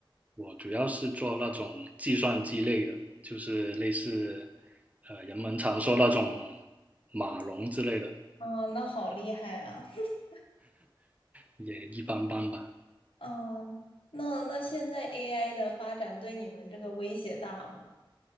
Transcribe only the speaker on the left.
哦，那好厉害啊！<laughs>
嗯，那那现在 AI 的发展对你们这个威胁大吗？